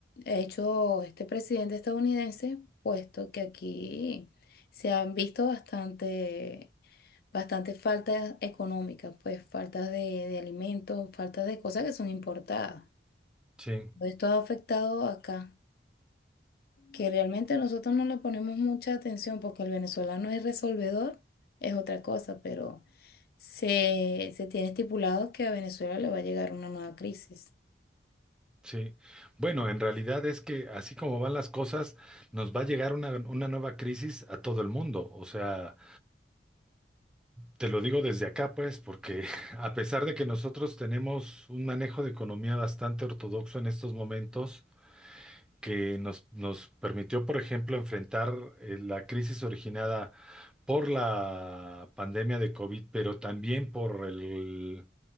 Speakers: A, on the left (about 55°); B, in the centre.
A: ha hecho este presidente estadounidense, puesto que aquí se han visto bastante, bastante faltas económicas, pues faltas de, de alimentos, faltas de cosas que son importadas.
B: Sí.
A: Esto ha afectado acá. que realmente nosotros no le ponemos mucha atención porque el venezolano es resolvedor, es otra cosa, pero se, se tiene estipulado que a Venezuela le va a llegar una nueva crisis.
B: Sí, bueno, en realidad es que así como van las cosas, nos va a llegar una, una nueva crisis a todo el mundo. O sea, te lo digo desde acá, pues, porque <laughs> a pesar de que nosotros tenemos un manejo de economía bastante ortodoxo en estos momentos, que nos, nos permitió, por ejemplo, enfrentar eh, la crisis originada por la pandemia de COVID, pero también por el